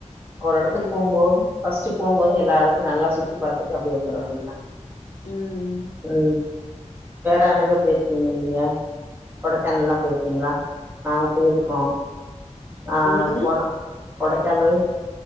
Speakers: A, on the right; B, on the left.
A: ஒரு எடத்துக்கு
B: ம்
A: போம்போது ஃபர்ஸ்ட் போம்போது எல்லா எடத்தையும் நல்லா சுத்தி பாத்துட்டு அப்டியே வந்துர வேண்டியதுதான்
B: உம்ம்
A: உம் வேற எங்க போயிருக்கீங்க நீங்க கொடைக்கானல் லா போயிருக்கீங்களா நாங்க போயிருக்கோம் ஆ
B: என்னதுங்க
A: கொட கொடைக்கானல்